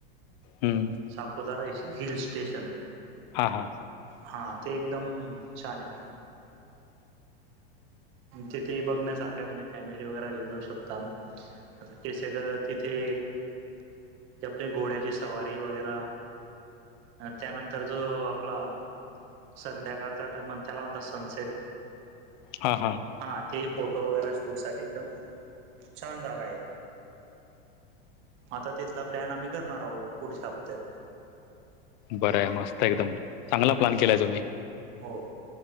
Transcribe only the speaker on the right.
सापधारा हिल स्टेशन
हा ते एकदम छान आहे तिथे बघण्यासारखं म्हणजे फॅमिली वगैरे घेऊन जाऊ शकता आता ते सगळं तिथे आपली घोड्याची सवारी वगैर त्यानंतर जो आपला संध्याकाळचा ट म्हण त्याला म्हणता सनसेट
हा ते फोटो वगैरे शूट साठी एकदम छान जागा आहे आता तिथला प्लॅन आम्ही करणार आहोत पुढच्या हप्त्यात
हो